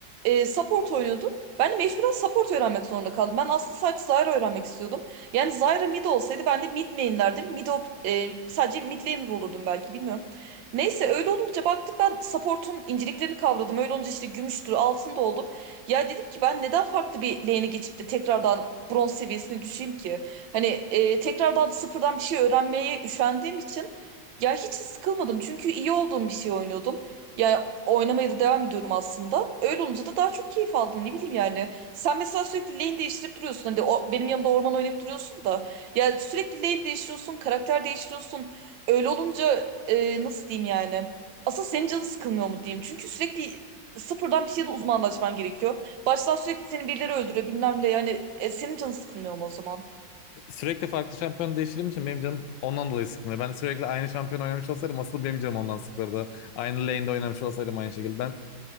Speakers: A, on the right (about 80°); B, on the left (about 80°).
A: E, support oynuyordu. Ben de mecburen support öğrenmek zorunda kaldım. Ben aslında sadece Zyra öğrenmek istiyordum. Yani Zyra mid olsaydı ben de mid main'lerdim. Mid op- e, sadece mid laner olurdum belki bilmiyorum. Neyse öyle olunca baktım ben support'un inceliklerini kavradım. Öyle olunca işte gümüştür, altın da oldum. Ya dedim ki ben neden farklı bir lane'e geçip de tekrardan bronz seviyesine düşeyim ki? Hani e, tekrardan sıfırdan bir şey öğrenmeye üşendiğim için ya hiç sıkılmadım. Çünkü iyi olduğum bir şey oynuyordum. Ya oynamaya da devam ediyorum aslında. Öyle olunca da daha çok keyif aldım. Ne bileyim yani. Sen mesela sürekli lane değiştirip duruyorsun. Hani o, benim yanımda orman oynayıp duruyorsun da. Ya sürekli lane değiştiriyorsun, karakter değiştiriyorsun. Öyle olunca e, nasıl diyeyim yani? Asıl senin canın sıkılmıyor mu diyeyim. Çünkü sürekli sıfırdan bir şeyde uzmanlaşman gerekiyor. Baştan sürekli seni birileri öldürüyor bilmem ne. Yani e, senin canın sıkılmıyor mu o zaman?
B: sürekli farklı şampiyon değiştirdiğim için benim canım ondan dolayı sıkılıyor. Ben sürekli aynı şampiyon oynamış olsaydım asıl benim canım ondan sıkılırdı. Aynı lane'de oynamış olsaydım aynı şekilde. Ben